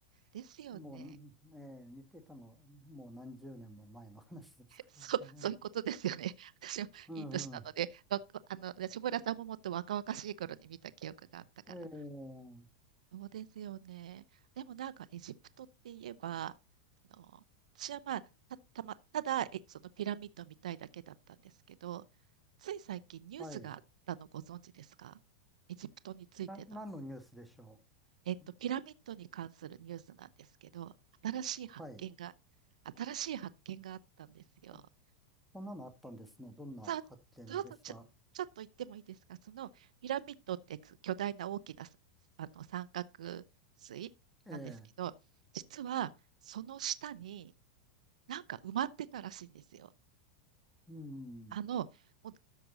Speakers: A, on the right (about 80°); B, in the centre.
A: ですよね。
B: もう、ええ見ていたの、もう何十年も前の話ですからね。
A: <laughs> そう、そういうことですよね。<laughs> 私もいい年なので、
B: うんうん。
A: わ、あの、安村さんももっと若々しい頃に見た記憶があったから。
B: ええ
A: そうですよね。でもなんかエジプトって言えば、あの、私はまあ、た、たま、ただ、え、そのピラミッドみたいだけだったんですけど、つい最近ニュースがあったのご存知ですかエジプトについての。
B: はい。な、何のニュースでしょ
A: えっと、
B: う。
A: ピラミッドに関するニュースなんですけど、新しい発見が、
B: はい。
A: 新しい発見があったんですよ。
B: あ、そんなのあったんですね。どんな発見でした
A: さあ、ちょっと、ちょ、ちょっと言ってもいいですか、そのピラミッドって巨大な大きなさあの三角錐なんですけど、
B: ええ
A: 実はその下になんか埋まってたらしいんですよ。
B: うん。
A: あの、もう、